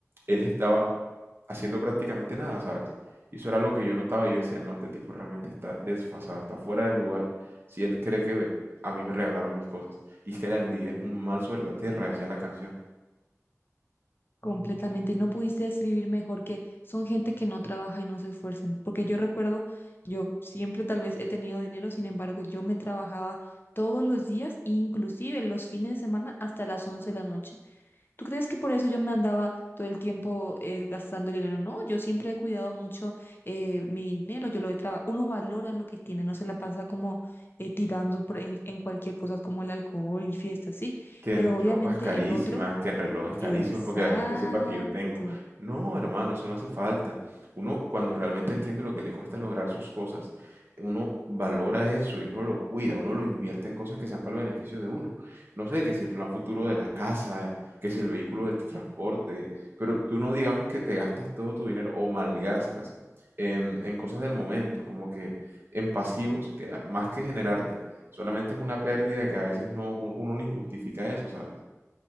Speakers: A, on the right; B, on the left.
A: él estaba haciendo prácticamente nada, ¿sabes? Y eso era lo que yo notaba. Yo decía, no, este tipo realmente está desfasado, está fuera de lugar. Si él cree que a mí me regalaron mis cosas. Y es que la envidia es un mal sobre la tierra, decía la canción.
B: Completamente, y no pudiste describir mejor que son gente que no trabaja y no se esfuerzan, porque yo recuerdo, yo siempre tal vez he tenido dinero, sin embargo, yo me trabajaba todos los días, inclusive los fines de semana hasta las 11 de la noche. ¿Tú crees que por eso yo me andaba todo el tiempo eh, gastando dinero? No, yo siempre he cuidado mucho eh, mi dinero, yo lo he trabajado, uno valora lo que tiene, no se la pasa como eh, tirando por en, en cualquier cosa como el alcohol y fiestas, sí,
A: que
B: pero
A: en
B: obviamente
A: ropas carísimas,
B: el otro
A: que en relojes carísimos,
B: Exacto.
A: porque la gente sepa que yo tengo. No, hermano, eso no hace falta. Uno, cuando realmente entiende lo que le cuesta lograr sus cosas, uno valora eso y uno lo cuida, uno lo invierte en cosas que sean para el beneficio de uno. No sé, que si el plan futuro de la casa, que si el vehículo de tu transporte, pero tú no digamos que te gastas todo tu dinero o malgastas en, en cosas del momento, como que en pasivos, que a- más que generarte Solamente es una pérdida que a veces no, un- uno ni justifica eso, ¿sabes?